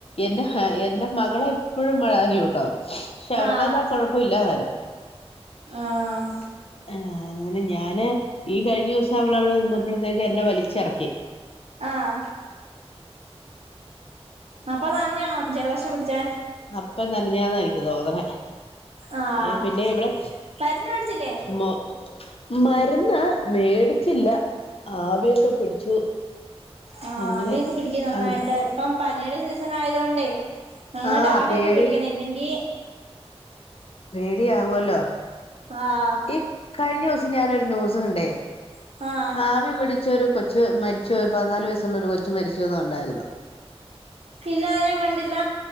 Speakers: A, on the left (about 60°); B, on the right (about 70°).
A: എന്റെ ഹ എന്റെ മകളെ എപ്പോഴും മഴനനയൂട്ടോ. പക്ഷെ അവർക്കതാ
B: ആഹ്
A: കുഴപ്പ ഇല്ലാ <unintelligible> ലം
B: ആഹ
A: ആ അങ്ങനെ ഞാന് ഈ കഴിഞ്ഞ ദിവസം അവള അവിടെ നിന്നപ്പോഴത്തേക്ക് എന്നെ വലിച്ചിറക്കി
B: ആഹ അപ്പൊ നനഞ്ഞണോ ജലദോഷം പിടിച്ചേ
A: അപ്പൊ തന്നെയാതാ എനിക്ക് തോന്നണെ
B: ആഹ്
A: ഏ പിന്നെ ഇവിടെ
B: മരുന്ന് മേടിച്ചില്ലേ
A: മ മരുന്ന് മേടിച്ചില്ല ആവിയൊക്കെ പിടിച്ചു
B: ആഹ
A: അങ്ങനെ
B: അവിയൊക്കെ പിടിക്ക നന്നായിട്ട
A: ആഹ്
B: ഇപ്പം പനിയുടെ സീസൺ ആയതോൊണ്ടേ നന്നായിട്ട്
A: ആഹ്
B: ആവിക്കെ
A: പേടി
B: പ പിടിക്കണല്ലെങ്കി
A: പേടിയകുമല്ലോ
B: ആഹ
A: ഈ കഴിഞ്ഞ ദിവസം ഞാനൊരു ന്യൂസ് കണ്ടേ
B: ആഹ
A: ആവി പിടിച്ചൊരു കൊച്ചു മരിച്ചു പതിനാല് വയസ്സുള്ള ഒരു കൊച്ചു മരിച്ചന്ന ഉണ്ടായിരുന്നു
B: ഇല്ല ഞാൻ കണ്ടില്ല